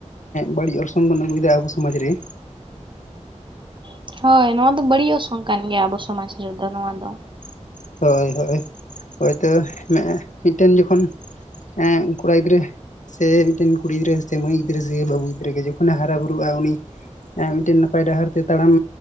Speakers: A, on the left; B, on the right.
A: ᱵᱟᱹᱲᱤᱡ ᱚᱨᱥᱚᱝ ᱵᱚᱱ ᱟᱹᱜᱩᱭᱮᱫᱟ ᱟᱵᱚ ᱥᱚᱢᱟᱡ ᱨᱮ ᱾
B: <unintelligible> ᱦᱚᱭ ᱱᱚᱣᱟ ᱫᱚ ᱵᱟᱹᱲᱤᱡ ᱚᱨᱥᱚᱝ ᱠᱟᱱ ᱜᱮᱭᱟ ᱟᱵᱚ ᱥᱚᱢᱟᱡᱽ ᱨᱮᱫᱚ ᱱᱚᱣᱟ ᱫᱚ᱾
A: <unintelligible> ᱦᱚᱭ ᱦᱚᱭ <unintelligible> ᱦᱚᱭᱛᱚ ᱱᱮᱜ ᱮ ᱢᱤᱫᱴᱮᱱ ᱡᱚᱠᱷᱚᱱ ᱮ ᱠᱚᱲᱟ ᱜᱤᱫᱽᱨᱟᱹ ᱥᱮ ᱢᱤᱫᱴᱮᱱ ᱠᱩᱲᱤ ᱜᱤᱫᱽᱨᱟᱹ ᱥᱮ ᱢᱟᱹᱭ ᱜᱤᱫᱽᱟᱹ ᱥᱮ ᱵᱟᱹᱵᱩ ᱜᱤᱫᱽᱨᱟᱹ ᱜᱮ ᱡᱚᱠᱷᱚᱱ ᱮ ᱦᱟᱨᱟ ᱵᱩᱨᱩᱜᱼᱟ ᱩᱱᱤ ᱢᱤᱫᱴᱮᱱ ᱱᱟᱯᱟᱭ ᱰᱟᱦᱟᱨ ᱛᱮ ᱛᱟᱲᱟᱢ